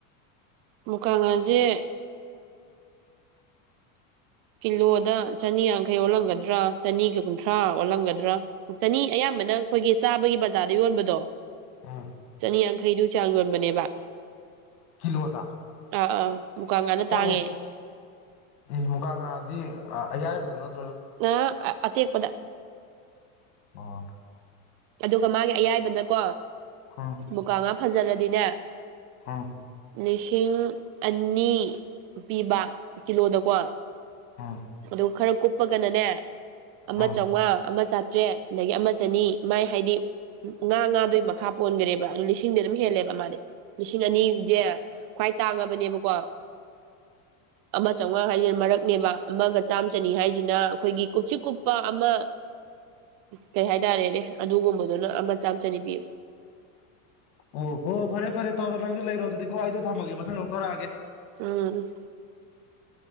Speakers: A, on the right (about 50°); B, on the left (about 85°).
A: ꯃꯨꯀꯥꯉꯁꯦ ꯀꯤꯂꯣꯗ ꯆꯅꯤ ꯌꯥꯡꯈꯩ ꯑꯣꯜꯂꯝꯒꯗ꯭ꯔꯥ ꯆꯅꯤꯒ ꯀꯨꯟꯊ꯭ꯔꯥ ꯑꯣꯜꯂꯝꯒꯗ꯭ꯔꯥ ꯆꯅꯤ ꯑꯌꯥꯝꯕꯅ ꯑꯩꯈꯣꯏꯒꯤ ꯆꯥꯕꯒꯤ ꯕꯖꯥꯔꯗ ꯌꯣꯟꯕꯗꯣ
B: ꯑꯥ
A: ꯆꯅꯤꯌꯥꯡꯈꯩꯗꯨ ꯆꯥꯡ ꯌꯣꯟꯕꯅꯦꯕ
B: ꯀꯤꯂꯣꯗ
A: ꯑꯥ ꯑꯥ ꯃꯨꯀꯥ ꯉꯥꯅ
B: ꯐꯣꯡꯉꯦꯍ
A: ꯇꯥꯡꯉꯦ
B: ꯑꯦ ꯃꯨꯒꯥ ꯉꯥꯗꯤ ꯑꯌꯥꯏꯕꯗ ꯅꯠꯇ
A: ꯅ ꯑ ꯑꯇꯥꯛꯄꯗ
B: ꯑꯣ
A: ꯑꯗꯨꯒ ꯃꯥꯒꯤ ꯑꯌꯥꯏꯕꯅꯀꯣ
B: ꯎꯝ
A: ꯃꯕꯨꯀꯥꯉꯥ ꯐꯖꯔꯗꯤꯅꯦ
B: ꯎꯝ
A: ꯂꯤꯁꯤꯡ ꯑꯅꯤ ꯄꯤꯕ ꯀꯤꯂꯣꯗꯀꯣ
B: ꯎꯝ
A: ꯑꯗꯨꯒ ꯈꯔ ꯀꯨꯞꯄꯒꯅꯅꯦ ꯑꯃ
B: ꯎꯝ
A: ꯆꯥꯝꯃꯉꯥ ꯑꯃ ꯆꯥꯇ꯭ꯔꯦꯠ ꯑꯗꯒꯤ ꯑꯃ ꯆꯅꯤ ꯑꯗꯨꯃꯥꯏ ꯍꯥꯏꯗꯤ ꯉꯥ ꯉꯥꯗꯨꯏ ꯃꯈꯥ ꯄꯣꯟꯈꯔꯦꯕ ꯑꯗꯨ ꯂꯤꯁꯤꯡꯗꯤ ꯑꯗꯨꯝ ꯍꯦꯜꯂꯦꯕ ꯃꯥꯗꯤ ꯂꯤꯁꯤꯡ ꯑꯅꯤꯁꯦ ꯈ꯭ꯋꯥꯏ ꯇꯥꯡꯉꯕꯅꯦꯕꯀꯣ ꯑꯃ ꯆꯝꯃꯉꯥ ꯍꯥꯏꯁꯤꯅ ꯃꯔꯛꯅꯦꯕ ꯑꯃꯒ ꯆꯥꯝ ꯆꯅꯤ ꯍꯥꯏꯁꯤꯅ ꯑꯩꯈꯣꯏꯒꯤ ꯀꯨꯞꯁꯤ ꯀꯨꯞꯄ ꯑꯃ ꯀꯩ ꯍꯥꯏꯇꯥꯔꯦꯅꯦ ꯑꯗꯨꯒꯨꯝꯕꯗꯨꯅ ꯑꯃ ꯆꯥꯝ ꯆꯅꯤ ꯄꯤ
B: ꯑꯣ ꯍꯣꯏ ꯐꯔꯦ ꯐꯔꯦ ꯇꯧꯔꯣ ꯅꯪꯁꯨ ꯂꯩꯔꯣ ꯑꯗꯨꯗꯤꯀꯣ ꯑꯩꯗꯣ ꯊꯝꯃꯒꯦ ꯃꯊꯪ ꯂꯧꯊꯧꯔꯛꯑꯒꯦ
A: ꯎꯝ